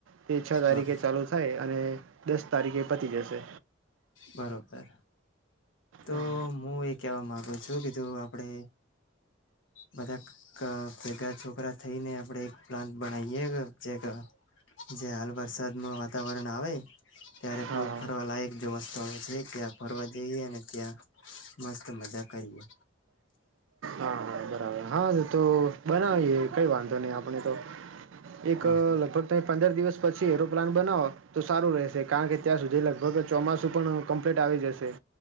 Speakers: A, on the right; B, on the left.
A: તે છ
B: હા
A: તારીખે ચાલુ થાય અને દસ તારીખે પતિ જશે
B: બરોબર તો
A: હા
B: હું એ કેવા માંગુ છું કે જો આપડે બધા ભેગા છોકરા થઈને આપડે એક પ્લાન બનાવીએ જે જે હાલ વરસાદમાં વાતાવરણ આવે ત્યારે બહ
A: હા હા
B: ફરવા લાયક જેવા સ્થળો છે ત્યાં ફરવા જઈએ અને ત્યાં મસ્ત મજા કરીએ
A: હા હા બરાબર તો બનાવીએ કઈ વાંધો નહી આપણે તો એક
B: હા હા
A: લગભગ ત પંદર દિવસ પછી એરોપ્લાન બનાવો તો સારું રહેશે કારણ કે ત્યાં સુધી લગભગ ચોમાસું પણ કમ્પ્લીટ આવી જશે